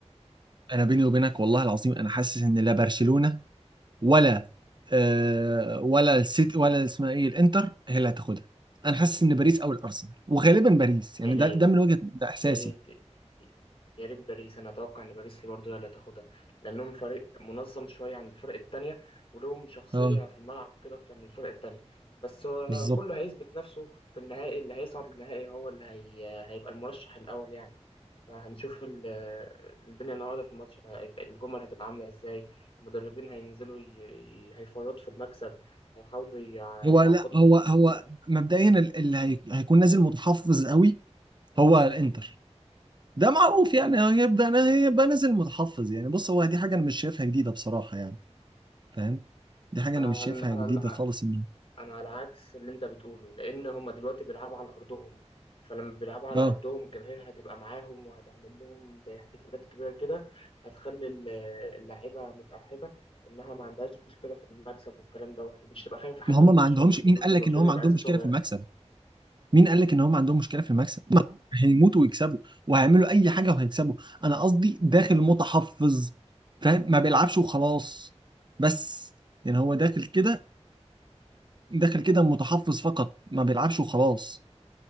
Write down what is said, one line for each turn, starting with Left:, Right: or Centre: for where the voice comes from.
Right: أنا بيني وبينك والله العظيم أنا حاسس إن لا برشلونة ولا آه ولا السيتي ولا اسمها ايه الانتر هي اللي هتاخدها انا حاسس ان باريس او الارسنال وغالبا باريس يعني
Left: يا ريت
Right: ده ده من وجهة ده احساسي
Left: يا ريت يا ريت باريس انا اتوقع ان باريس هي برضه هي اللي هتاخدها لانهم فريق منظم شويه عن الفرق التانية ولهم شخصيه
Right: اه
Left: في الملعب كده اكتر من الفرق التانية بس آه،
Right: بالظبط
Left: كله هيثبت نفسه في النهائي اللي هيصعد للنهائي هو اللي هي... هيبقى المرشح الاول يعني فهنشوف ال- الدنيا النهارده في الماتش هي- الجمل هتبقى عامله ازاي المدربين هينزلوا ي... ي- هيفرطوا في المكسب هيحاولوا يع-
Right: هو
Left: يعبطوا
Right: لا هو
Left: في التشكيله
Right: هو مبدئيا ال- اللي هي- هيكون نازل متحفظ قوي هو الانتر ده معروف يعني هو هيبدا هيبقى نازل متحفظ يعني بص هو دي حاجه انا مش شايفها جديده بصراحه يعني فاهم دي حاجه
Left: انا
Right: انا مش شايفها جديده
Left: انا
Right: خالص ان
Left: انا على عكس اللي انت بتقوله لان هم دلوقتي بيلعبوا على ارضهم فلما بيلعبوا على
Right: اه
Left: ارضهم الجماهير هتبقى معاهم وهتعمل لهم زي احتفالات كبيره كده هتخلي ال- اللاعيبه متاهبه انها ما عندهاش مشكله في المكسب والكلام دوت مش تبقى خايفه حتى
Right: هم
Left: من برشلونه
Right: ما عندهمش
Left: بالنسبه
Right: مين قال
Left: لهم
Right: لك
Left: برشلونه
Right: ان هم
Left: هيبقى
Right: عندهم
Left: عيل صغيره
Right: مشكله في المكسب مين قال لك ان هم عندهم مشكله في المكسب؟ ما هم هيموتوا ويكسبوا وهيعملوا اي حاجه وهيكسبوا، انا قصدي داخل متحفظ فاهم؟ ما بيلعبش وخلاص بس يعني هو داخل كده داخل كده متحفظ فقط ما بيلعبش وخلاص